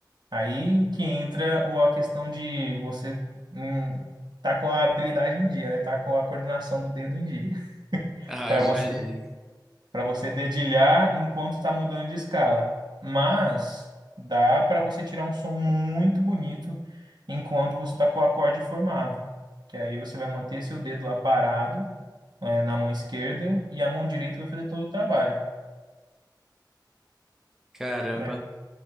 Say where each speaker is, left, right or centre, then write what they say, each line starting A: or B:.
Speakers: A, on the right; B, in the centre.
A: Aí que entra o, a questão de você hum, tá com a habilidade em dia, né? Tá com a coordenação do dedo em dia, <laughs>
B: Ah,
A: para
B: eu
A: você
B: imagino.
A: para você dedilhar enquanto tá mudando de escala. Mas dá para você tirar um som muito bonito enquanto você tá com o acorde formado, que aí você vai manter seu dedo lá parado, é, na mão esquerda e a mão direita vai fazer todo o trabalho,
B: Caramba.
A: né?